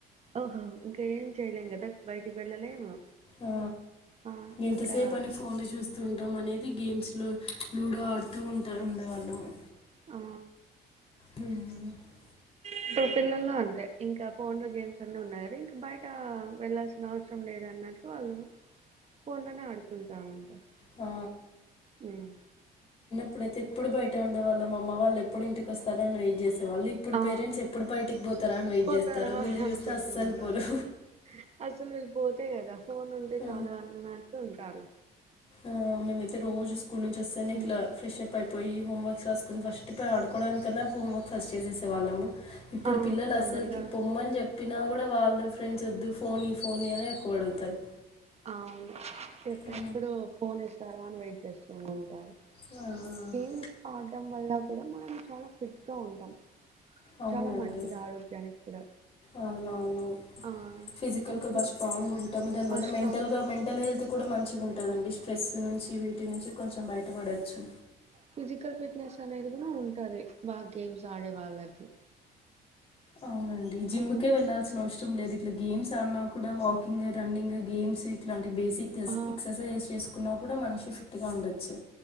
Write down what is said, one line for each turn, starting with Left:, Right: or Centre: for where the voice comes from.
Right: ఓహో ఇంకా ఏం చేయలేం కదా బయటికి వెళ్ళలేము
Left: ఆ
Right: ఆ
Left: ఎంతసేపని
Right: ఇంకా
Left: ఫోన్ ని చూస్తూ ఉంటాం అనేది గేమ్స్ లో లూడో ఆడుతూ ఉంటా ఉండేవాళ్ళము
Right: ఆ
Left: ఆ
Right: ఇప్పుడు పిల్లల్లో అంతే ఇంకా ఫోన్ లో గేమ్స్ అన్ని ఉన్నారు ఇంకా బయట వెళ్లాల్సిన అవసరం లేదు అన్నట్లు వాళ్ళు. ఫోన్లనే ఆడుకుంట ఉంటారు
Left: ఆ
Right: హ్మ్మ్
Left: ఇప్పుడైతే ఎప్పుడు బయట ఉండే వాళ్ళ మా అమ్మ వాళ్ళ ఎప్పుడు ఇంటికి వస్తారు అని వెయిట్ చేస్ వాళ్ళు ఇప్పుడు
Right: ఆ
Left: పేరెంట్స్ ఎప్పుడు బయటికి పోతారా అని వెయిట్
Right: పోతారా
Left: చేస్తారు వీళ్ళు
Right: అని అనుకుంటూ
Left: చూస్తే అస్సలు
Right: ఉంటారు
Left: పోరు.
Right: అసలు వీళ్ళు పోతే కదా ఫోన్ ఉంటే
Left: ఆ
Right: చాలు అన్నదాంట్లో ఉంటారు
Left: ఆ మేమైయితే రోజు స్కూల్ నుంచి వస్తేనే ఇట్లా
Right: ఉమ్.
Left: ఫ్రెష్ అప్ అయి పోయి హోంవర్క్స్ రాసుకుని ఫస్ట్ పోయి ఆడుకోవడానికన్నా హోంవర్క్సు ఫస్ట్ చేసేసేవాళ్ళము ఇప్పుడు
Right: ఆ
Left: పిల్లలు
Right: తొందరగా
Left: అసలుకి పొమ్మని చెప్ చెప్పినా కూడా వాళ్ళు ఫ్రెండ్స్ వద్దు ఫోన్ ఈ ఫోన్ అనే ఎక్కువ అడుగుతారు
Right: అవును ఎప్పుడెప్పుడు
Left: ఆ
Right: ఫోన్ ఇస్తారా అని వెయిట్ చేస్త ఉంటారు
Left: ఆ.
Right: గేమ్ ఆడటం వల్ల కూడా మనం చాలా ఫిట్ గా ఉంటాం.
Left: అవునండి
Right: చాలా మంచిది ఆరోగ్యానికి కూడా
Left: అవునవును
Right: ఆ
Left: ఫిజికల్గా
Right: ఇప్పుడు
Left: బాగా స్ట్రాంగ్ ఉంటాము దానివల్ల
Right: ఫస్ట్ ఆ
Left: మెన్
Right: స్ట్రాంగ్
Left: మెంటల్ గా మెంటల్ హెల్త్ కూడా మంచిగుంటదండి స్ట్రెస్ నుంచి వీటి నుంచి కొంచెం బయటపడచ్చు
Right: ఫిజికల్ ఫిట్నెస్ అనేది కూడా ఉంటది, బాగా గేమ్స్ ఆడే వాళ్ళకి
Left: అవునండి జిమ్కే
Right: ఉమ్,
Left: వెళ్లాల్సినవస ఇష్టం లేదు ఇలా గేమ్స్ ఆడినా కూడా వాకింగ్ రన్నింగ్ గేమ్స్ ఇట్లాంటి బేసిక్ ఆస్
Right: ఆ
Left: ఎక్సర్సైజ్ చేసుకున్నా కూడా మనిషి ఫిట్ గా ఉండొచ్చు.